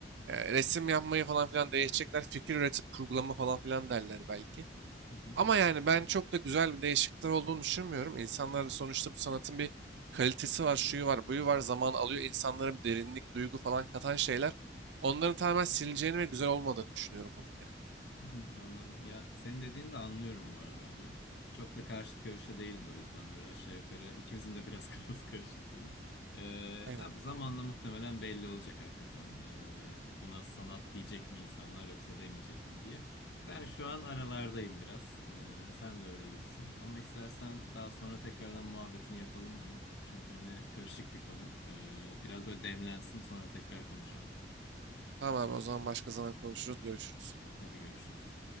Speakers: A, on the right; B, on the left.
A: e, resim yapmayı falan filan değişecekler. Fikir üretip kurgulama falan filan derler belki.
B: Hı hı.
A: Ama yani ben çok da güzel bir değişiklikler olduğunu düşünmüyorum. İnsanlar sonuçta bu sanatın bir kalitesi var, şuyu var, buyu var. Zaman alıyor. İnsanlara bir derinlik, duygu falan katan şeyler. Onların tamamen silineceğini ve güzel olmadığını düşünüyorum bunun yani.
B: <laughs> Hı, Anladım. Ya senin dediğini de anlıyorum bu arada hani. Çok da karşıt görüşte değiliz o yüzden böyle aşağı yukarı ikimizin de biraz <laughs> kafası karışık gibi. Ee,
A: Aynen.
B: abi zamanla muhtemelen belli olacak hakikaten. Ee, buna sanat diyecek mi insanlar yoksa demeyecek mi diye. Ben şu an aralardayım biraz. Ee, sen de öyle gibisin. Ama istersen daha sonra tekrardan muhabbetini yapalım bunu. Çünkü hani karışık bir konu. Ee, biraz böyle demlensin sonra tekrar konuşalım.
A: Tamam abi o zaman başka zaman konuşuruz, görüşürüz.
B: Hadi görüşürüz.